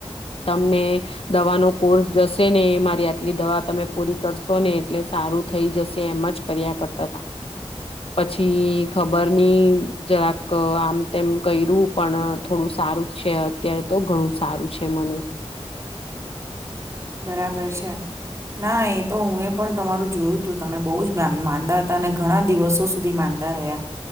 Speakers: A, on the left; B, on the right.
A: તમને દવાનો કોર્સ જશે ને મારી આટલી દવા તમે પૂરી કરશો ને એટલે સારું થઈ જશે એમ જ કર્યા કરતા હતા. પછી ખબર નહી જરાક આમ તેમ કર્યું પણ થોડું સારું છે અત્યારે તો ઘણું સારું છે મને.
B: બરાબર છે ના એ તો હું એ પણ તમારું જોયું હતું તમે બહુ જ માંદા હતા અને ઘણા દિવસો સુધી માંદા રહ્યા